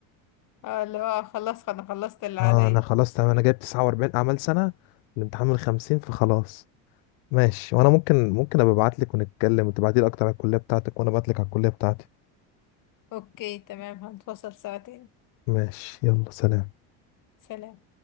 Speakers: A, on the left; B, on the left.
A: اه اللي هو خلاص انا خلصت اللي عليا
B: اه انا خلاص تمام انا جايب 49 اعمال سنه الامتحان من 50 فخلاص ماشي وانا ممكن ممكن ابقى ابعت لك ونتكلم وتبعتي لي اكتر على الكليه بتاعتك وانا ابعت لك على الكليه بتاعتي
A: اوكي تمام هنتواصل سوا تاني
B: ماشي يلا سلام
A: سلام